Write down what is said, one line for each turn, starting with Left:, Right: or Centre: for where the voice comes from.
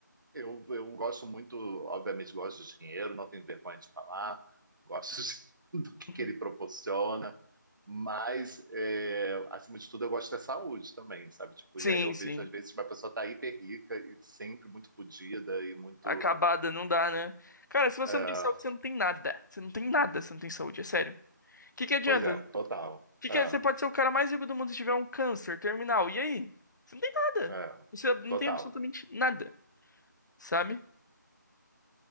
Right: Eu, eu gosto muito, obviamente, gosto de dinheiro, não tenho vergonha de falar, gosto <laughs> do que,
Left: Uhum.
Right: que ele proporciona, mas, é, acima de tudo, eu gosto da saúde também, sabe? Tipo,
Left: Sim,
Right: e aí eu
Left: sim.
Right: vejo, às vezes, uma pessoa tá hiper rica e sempre muito fodida e muito.
Left: Acabada, não dá, né? Cara, se você
Right: é,
Left: não tem saúde, você não tem nada. Você não tem nada, você não tem saúde, é sério. O que que adianta?
Right: pois é, total.
Left: Que
Right: É,
Left: que é- Você pode ser o cara mais rico do mundo se tiver um câncer terminal. E aí? Você não tem nada.
Right: é,
Left: Você não
Right: total.
Left: tem absolutamente nada, sabe?